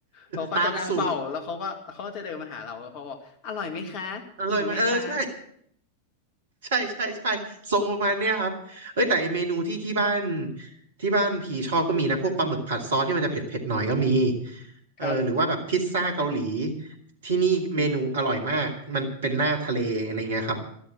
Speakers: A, on the left; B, on the right.
A: เขาก็จะนั่งเฝ้าแล้วเขาก็เขาก็จะเดินมาหาเราแล้วเขาบอกอร่อยไหมคะอิ่มไหมคะ
B: ตามสูตรอร่อยไหมเออใช่ ใช่ใช่ใช่ทรงประมาณเนี้ยครับเอ้ยแต่ไอเมนูที่ที่บ้านที่บ้านพี่ชอบก็มีนะพวกปลาหมึกผัดซอสที่มันจะเผ็ดเผ็ดหน่อยก็มี
A: อ๋อ
B: เออหรือว่าแบบพิซซ่าเกาหลี
A: ครับ
B: ที่นี่เมนูอร่อยมากมันเป็นหน้าทะเลอะไรเงี้ยครับ
A: อืม